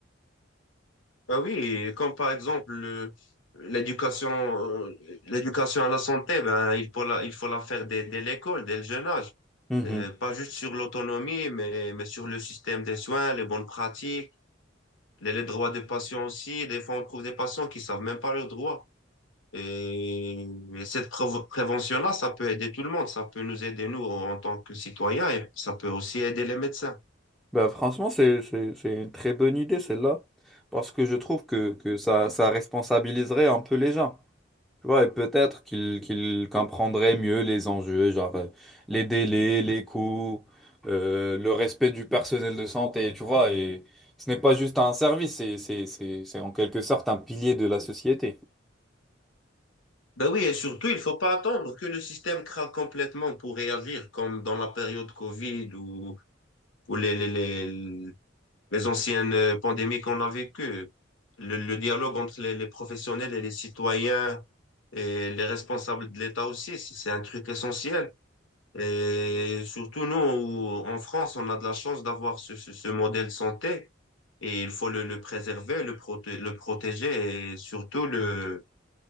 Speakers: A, on the left; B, in the centre.
A: Ah oui, comme par exemple, le- l'éducation, euh, l'éducation à la santé, ben, il faut la, il faut la faire dès, dès l'école, dès le jeune âge.
B: Mhm.
A: Euh, pas juste sur l'autonomie, mais, mais sur le système des soins, les bonnes pratiques Les, les droits des patients aussi, des fois on trouve des patients qui savent même pas leurs droits. Et, et cette prévo- prévention-là, ça peut aider tout le monde, ça peut nous aider nous en tant que citoyens et ça peut aussi aider les médecins.
B: Bah, franchement, c'est, c'est, c'est une très bonne idée, celle-là, parce que je trouve que, que ça, ça responsabiliserait un peu les gens. Tu vois, et peut-être qu'il qu'il comprendrait mieux les enjeux, genre euh, les délais, les coûts, euh, le respect du personnel de santé, tu vois. Et ce n'est pas juste un service, c'est, c'est, c'est, c'est en quelque sorte un pilier de la société.
A: Ben oui, et surtout, il faut pas attendre que le système craque complètement pour réagir, comme dans la période Covid ou, ou les, les, les, les anciennes euh, pandémies qu'on a vécues. Le, le dialogue entre les, les professionnels et les citoyens et les responsables de l'État aussi, c'est c'est un truc essentiel. Et surtout, nous, en France, on a de la chance d'avoir ce, ce, ce modèle santé et il faut le, le préserver, le, proté- le protéger et surtout le,